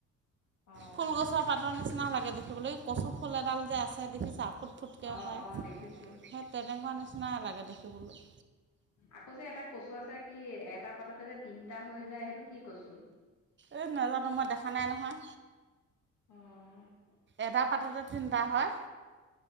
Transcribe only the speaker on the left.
অঁ
অঁ
অঁ দেখিছোঁ
আকৌ যে এটা কচু আছে, কি? এটা পাততে যে তিনিটা হৈ যায়, সেইটো কি কচু?
অ'।